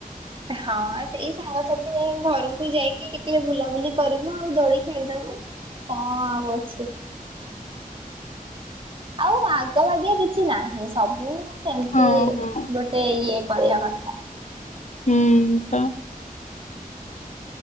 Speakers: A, on the right; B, on the left.
A: ହଁ ସେଇ ସାଙ୍ଗସାଥି ଘରକୁ ଯାଇକି ଟିକେ ବୁଲାବୁଲି କରିବୁ ଆଉ ଦୋଳି ଖେଳିଦବୁ କଣ ଆଉ ଅଛି। ଆଉ ଆଗ ବାଗେ କିଛି ନାହିଁ ସବୁ ସେମତି
B: ହଁ ହଁ।
A: ଗୋଟେ ଇଏ ପରିବା କଥା।
B: ହୁଁ ତ